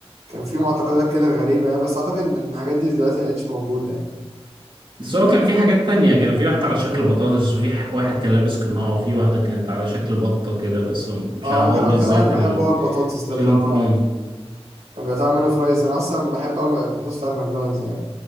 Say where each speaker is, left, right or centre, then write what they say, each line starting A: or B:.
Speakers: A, on the right; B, on the right.
A: كان في معتقدات كده غريبة يعني بس اعتقد ان الحاجات دي دلوقتي ما بقتش موجودة يعني
B: بس هو كان في حاجات تانية كان في واحد على شكل بطاطس وفي ح- واحد كان لابس قناع وفي واحدة كانت على شكل بطة كده بس هم- مش
A: اه
B: عارف
A: انا
B: هو
A: كان اكتر
B: بالذات
A: واحد بحبه
B: اللي
A: هو البطاطس ده
B: شالهم
A: اللي هو
B: كلهم
A: كان بيقطع منه فرايز انا اصلا بحب قوي البطاطس بتاعت ماكدونالدز يعني